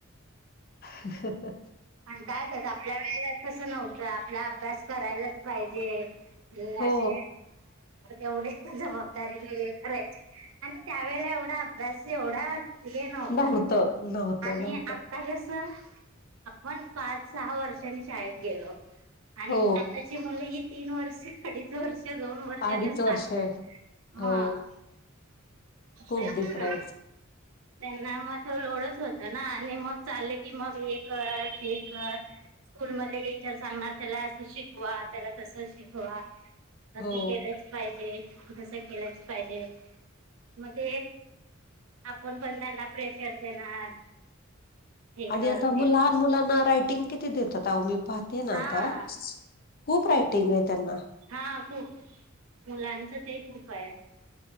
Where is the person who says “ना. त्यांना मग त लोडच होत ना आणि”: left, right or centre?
Right